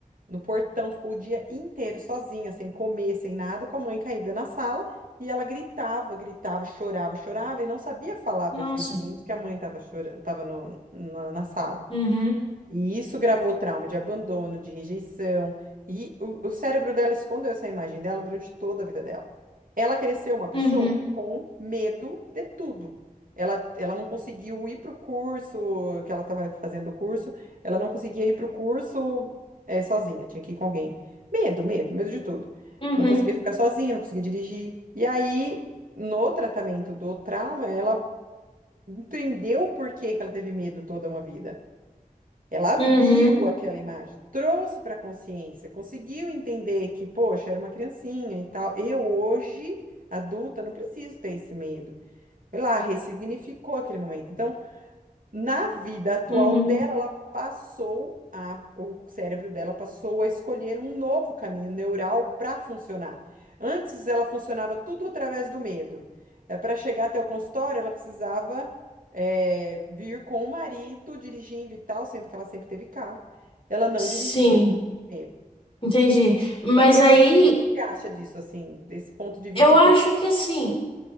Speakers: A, on the right; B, on the left.
A: no portão, ficou o dia inteiro sozinha, sem comer, sem nada, com a mãe caída na sala. E ela gritava, gritava, chorava, chorava e não sabia falar
B: Nossa.
A: para os vizinhos que a mãe estava chorando, estava na na sala.
B: Uhum,
A: E isso gravou trauma de abandono, de rejeição. E o, o cérebro dela escondeu essa imagem dela durante toda a vida dela. Ela cresceu uma pessoa
B: uhum,
A: com medo de tudo. Ela, ela não conseguiu ir para o curso, que ela estava fazendo o curso, ela não conseguia ir para o curso eh, sozinha, tinha que ir com alguém. Medo, medo, medo de tudo.
B: uhum,
A: Não conseguia ficar sozinha, não conseguia dirigir. E aí, no tratamento do trauma, ela entendeu por que que ela teve medo toda uma vida. Ela
B: uhum,
A: viu aquela imagem, trouxe para a consciência, conseguiu entender que, poxa, era uma criancinha e tal. Eu hoje, adulta, não preciso ter esse medo. Foi lá, ressignificou aquele momento. Então, na vida atual
B: uhum.
A: dela, ela passou a, o cérebro dela passou a escolher um novo caminho neural para funcionar. Antes ela funcionava tudo através do medo. para chegar até o consultório, ela precisava é, vir com o marido dirigindo e tal, sendo que ela sempre teve carro. Ela não
B: Sim,
A: dirigia. por causa do medo.
B: entendi. Mas
A: E aí,
B: aí
A: o que você acha disso, assim, desse ponto de vista
B: eu acho
A: que...
B: que assim,